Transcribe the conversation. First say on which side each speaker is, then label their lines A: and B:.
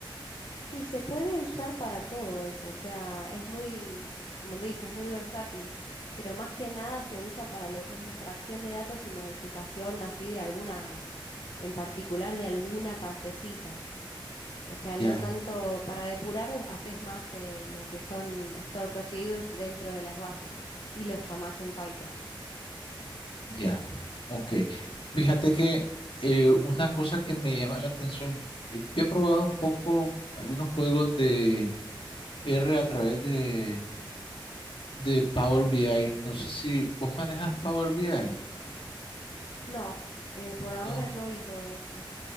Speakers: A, on the left; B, on the left.
A: Y se puede usar para todo eso. O sea, es muy, como te dije, es muy versátil. Pero más que nada se usa para lo que es extracción de datos y modificación así de alguna, en particular de alguna partecita. O sea, no
B: Ya,
A: tanto para depurar, haces más eh, lo que son store procedures dentro de las bases y los llamás en Python.
B: ya, ok. Fíjate que eh, una cosa que me llama la atención, eh, yo he probado un poco algunos códigos de R a través de, de Power BI. No sé si vos manejas Power BI,
A: No, eh, por ahora
B: ¿no?
A: no vi todo eso.